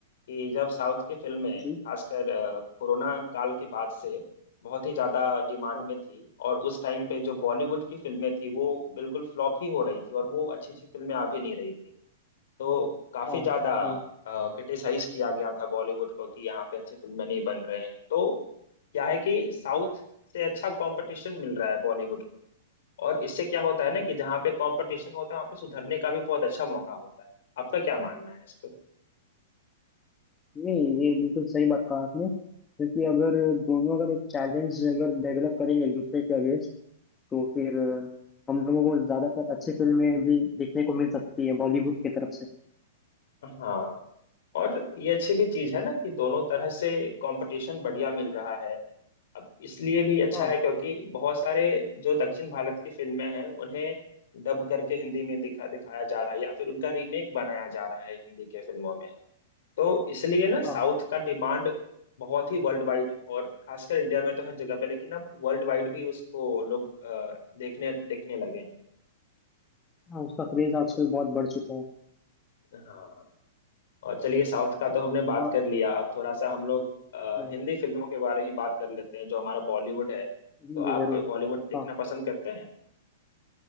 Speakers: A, on the left; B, on the left.
A: कि जब साउथ की फिल्में
B: जी
A: खासकर अ, कोरोना काल के बाद से बहुत ही ज्यादा डिमांड
B: हाँ
A: में थी और उस टाइम पे जो बॉलीवुड की फिल्में थी वो बिल्कुल फ्लॉप ही हो रही थी और वो अच्छी अच्छी फिल्में आ भी नहीं रही थी तो काफी
B: हाँ
A: ज्यादा
B: हाँ
A: क्रिटिसाइज किया गया था बॉलीवुड को कि यहाँ पे अच्छी फिल्में नहीं बन रहे हैं तो क्या है कि साउथ से अच्छा कंपटीशन मिल रहा है बॉलीवुड को और इससे क्या होता है ना कि जहाँ पे कंपटीशन होता है वहाँ पे सुधरने का भी बहुत अच्छा मौका होता है आपका क्या मानना है इस पे
B: नहीं ये बिल्कुल सही बात कहा आपने क्योंकि अगर दोनों अगर एक चैलेंज अगर डेवलप करेंगे एक दूसरे के अगेंस्ट तो फिर अ, हम लोगों को ज्यादातर अच्छी फिल्में भी देखने को मिल सकती है बॉलीवुड की तरफ से
A: हाँ और ये अच्छी भी चीज है ना कि दोनों तरह से कंपटीशन बढ़िया मिल रहा है अब इसलिए भी अच्छा
B: हाँ
A: है क्योंकि बहुत सारे जो दक्षिण भारत की फिल्में हैं उन्हें डब करके हिंदी में दिखा दिखाया जा रहा है या फिर उनका रीमेक बनाया जा रहा है हिंदी के फिल्मों में तो इसलिए ना
B: हाँ
A: साउथ का डिमांड बहुत ही वर्ल्ड वाइड और खासकर इंडिया में तो हर जगह पे लेकिन अब वर्ल्ड वाइड भी उसको लोग अ, देखने देखने लगे हैं
B: हाँ उसका क्रेज आजकल बहुत बढ़ चुका है
A: हाँ और चलिए साउथ का तो हमने बात
B: और
A: कर लिया अब थोड़ा सा हम लोग अ,
B: हाँ
A: हिंदी फिल्मों के बारे में बात कर लेते हैं जो हमारा बॉलीवुड है
B: जी
A: तो
B: जी,
A: आप
B: जरूर
A: बॉलीवुड देखना
B: हाँ
A: पसंद करते हैं